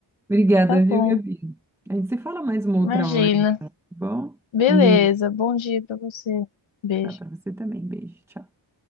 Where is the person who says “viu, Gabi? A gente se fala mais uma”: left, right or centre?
Centre